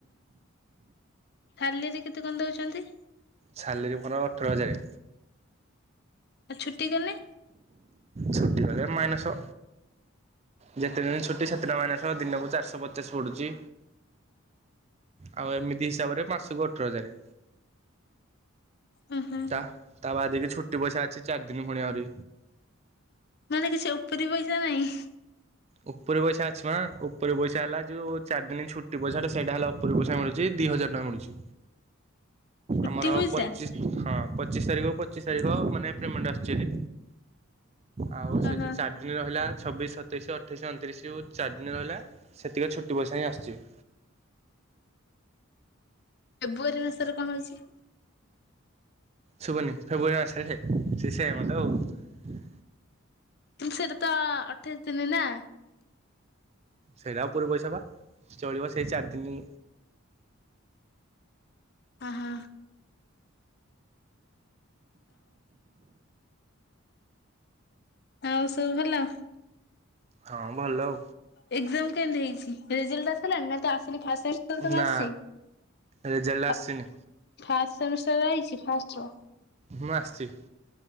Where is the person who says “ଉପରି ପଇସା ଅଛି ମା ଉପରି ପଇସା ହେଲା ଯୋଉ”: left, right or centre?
Right